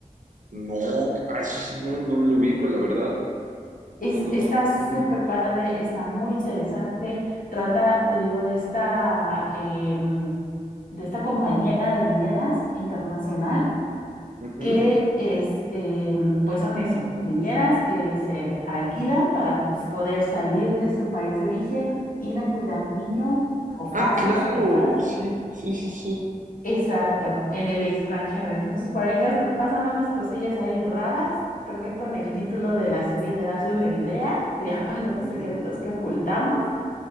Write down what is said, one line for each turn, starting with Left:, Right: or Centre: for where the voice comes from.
Right: No, ah, eso sí, no, no lo ubico, la verdad.
Left: Es,
Right: No, no,
Left: está
Right: no.
Left: súper
Right: Ujú,
Left: padre, está muy interesante. Trata, te digo, de esta, em, de esta compañía de niñeras internacional
Right: ujú.
Left: que este, pues son eso, niñeras que se alquilan para po- poder salir de su país de origen, ir a cuidar niños o casas
Right: Ah, claro,
Left: como tal.
Right: sí, sí, sí, sí.
Left: Exacto, en el extranjero. Entonces por ahí cas- pasan unas cosillas ahí raras. Creo que con el título de la serie te das una idea. Se llama <laughs> Los
Right: Ujú.
Left: secretos que ocultamos.